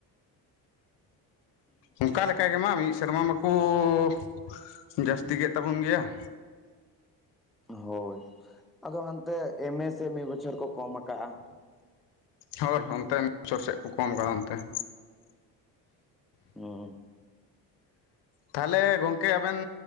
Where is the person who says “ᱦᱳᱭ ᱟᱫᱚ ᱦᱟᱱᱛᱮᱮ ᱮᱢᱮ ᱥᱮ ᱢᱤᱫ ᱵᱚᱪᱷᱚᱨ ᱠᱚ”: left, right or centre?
Centre